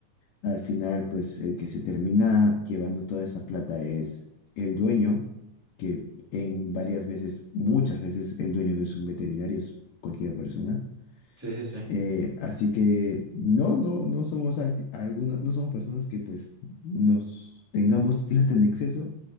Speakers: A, on the left; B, in the centre.
A: Al final, pues el que se termina llevando toda esa plata es el dueño, que en varias veces, muchas veces, el dueño no es un veterinario, es cualquier persona.
B: Sí, sí, sí.
A: Eh, así que no, no, no somos al- alguna- no somos personas que pues nos tengamos plata en exceso.